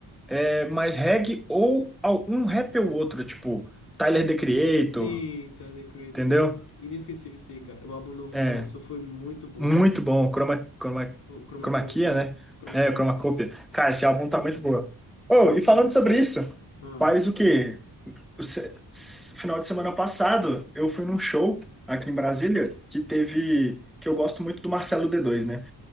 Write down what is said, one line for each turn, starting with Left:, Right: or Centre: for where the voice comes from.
Centre: é, mais reggae ou ao- um rap ou outro, tipo Tyler, The Creator,
Left: Sim, tá The Creator.
Centre: entendeu?
Left: Pô, inesquecível isso aí, cara. O álbum novo
Centre: É,
Left: que ele lançou foi muito bom,
Centre: muito
Left: cara.
Centre: bom, Chroma, Chroma,
Left: Cro- Chromacopia.
Centre: Chroma Kia, né?
Left: Chromacopia.
Centre: É, Chroma Copia. Cara, esse álbum tá muito boa. Oh,
Left: Muito,
Centre: e falando
Left: muito
Centre: sobre
Left: bom.
Centre: isso,
Left: Ah,
Centre: faz o quê? O se- s- final de semana passado, eu fui num show aqui em Brasília que teve... que eu gosto muito do Marcelo d dois né?